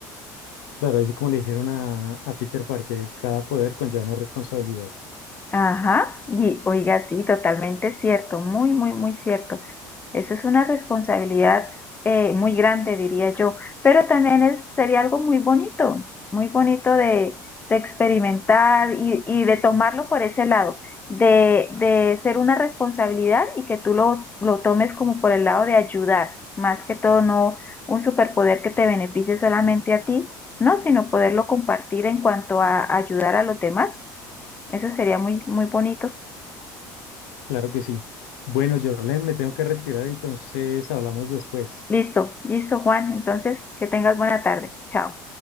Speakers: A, on the left (about 80°); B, on the left (about 20°).
A: Claro, así como le dijeron a, a Peter Parker, cada poder conlleva una responsabilidad.
B: Ajá, y oiga, sí, totalmente cierto, muy, muy, muy cierto. Eso es una responsabilidad eh, muy grande, diría yo, pero también es, sería algo muy bonito, muy bonito de, de experimentar y, y de tomarlo por ese lado, de, de ser una responsabilidad y que tú lo, lo tomes como por el lado de ayudar, más que todo no un superpoder que te beneficie solamente a ti, no, sino poderlo compartir en cuanto a ayudar a los demás. Eso sería muy, muy bonito.
A: Claro que sí. Bueno, Jorlen, me tengo que retirar, entonces hablamos después.
B: Listo, listo, Juan. Entonces, que tengas buena tarde. Chao.